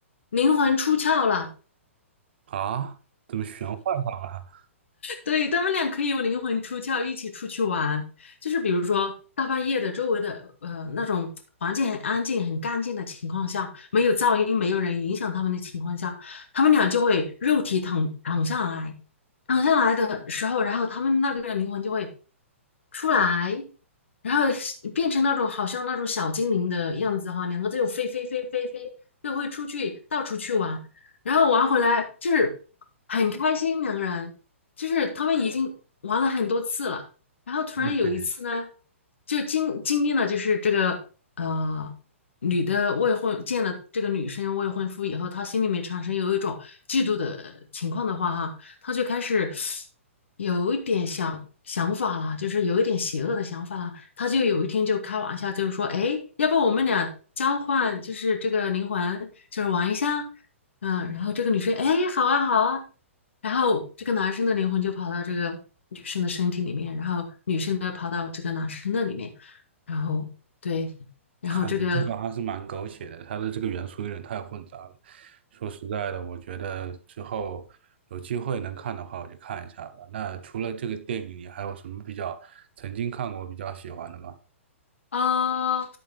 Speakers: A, on the left; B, on the right.
A: 灵魂出窍了。
B: 啊，怎么玄幻上了？
A: 对，他们俩可以有灵魂出窍，一起出去玩。就是比如说大半夜的，周围的呃那种环境很安静、很干净的情况下，没有噪音、没有人影响他们的情况下，他们俩就会肉体躺躺下来，躺下来的时候，然后他们那个灵魂就会出来，然后变成那种好像那种小精灵的样子哈，两个就飞飞飞飞飞，就会出去到处去玩，然后玩回来就是很开心，两个人就是他们已经玩了很多次了，然后突然有一次呢，
B: OK，
A: 就经经历了就是这个呃女的未婚见了这个女生未婚夫以后，她心里面产生有一种嫉妒的情况的话哈，她就开始有一点想想法了，就是有一点邪恶的想法了。她就有一天就开玩笑，就是说，哎，要不我们俩交换，就是这个灵魂，就是玩一下。嗯，然后这个女生，哎，好啊，好啊，然后这个男生的灵魂就跑到这个女生的身体里面，然后女生的跑到这个男生的里面，然后对，
B: <laughs>
A: 然后这个
B: 哈，你这个还是蛮狗血的，它的这个元素有点太混杂了。说实在的，我觉得之后有机会能看的话，我就看一下吧。那除了这个电影，你还有什么比较曾经看过比较喜欢的吗？
A: 啊、